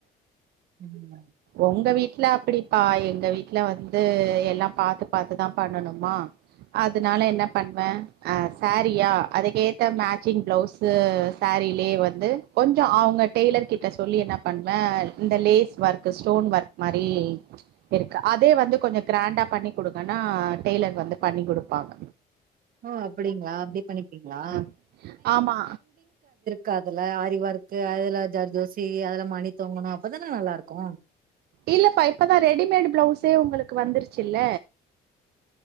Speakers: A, on the right; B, on the right.
A: <inaudible>
B: ஒங்க வீட்ல அப்புடிப்பா எங்க வீட்ல வந்து எல்லா பாத்து பாத்துதா பண்ணனுமா அதுனால என்ன பண்வ அ சாரியா அதுக்கேத்த மேச்சிங் ப்ளவுஸு சாரிலே வந்து கொஞ்சொ அவுங்க டெய்லர் கிட்ட சொல்லி என்ன பண்வ இந்த லேஸ் வர்க் து ஸ்டோன் வர்க் மாரீ இருக்கு அதே வந்து கொஞ்ச க்ராண்டா பண்ணி குடுங்கன்னா டெய்லர் வந்து பண்ணி குடுப்பாங்க
A: ஓ அப்டிங்களா அப்டேட் பண்ணிற்கீங்களா
B: ம் ஆமா
A: காதுல ஆரிவொர்க்கு அதுல ஜர்தோசி அதுல மணி தொங்கணோ அப்பதானா நல்லாருக்கு
B: இல்லப்பா இப்பதா ரெடிமேட் ப்ளவுசே உங்களுக் க்கு வந்துருச்சில்ல